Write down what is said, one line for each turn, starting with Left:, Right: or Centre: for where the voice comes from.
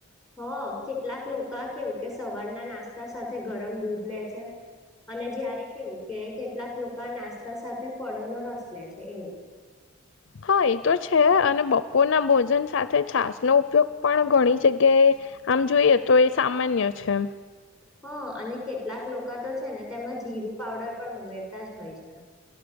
Centre: હ કેટલાક લોકો કેવું કે સવારના નાસ્તા સાથે ગરમ દૂધ લે છે અને જયારે કેવું કે કેટલાક લોકો આ નાસ્તા સાથે ફળોનોો રસ લે છે એવું હ
Left: હા એ તો છે અને બપોર ના ભોજન સાથે છાસનોો ઉપયોગ પણ ઘણી જગ્યાએ આમ જોઈએ તો એ સામાન્ય છે
Centre: હ અને કેટલાક લોકો તો છે ને તેમાં જીરું પાવડર પણ ઉમેરતા જ હોય છે